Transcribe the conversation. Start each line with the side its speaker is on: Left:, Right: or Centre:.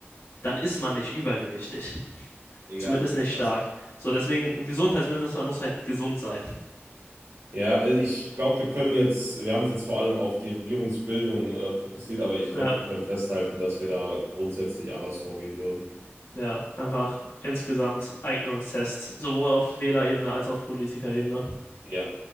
Left: dann ist man nicht übergewichtig.
Right: ja.
Left: Zumindest nicht stark.
Right: Also
Left: So, deswegen, ein Gesundheitsminister muss halt gesund sein.
Right: Ja, also ich glaube, wir können jetzt, wir haben es jetzt vor allem auf die Regierungsbildung äh, fokussiert, aber ich
Left: Ja,
Right: glaube, wir können festhalten, dass wir da grundsätzlich anders vorgehen würden.
Left: ja, einfach insgesamt Eignungstest, sowohl auf Wählerebene als auch auf Politikerebene.
Right: Ja.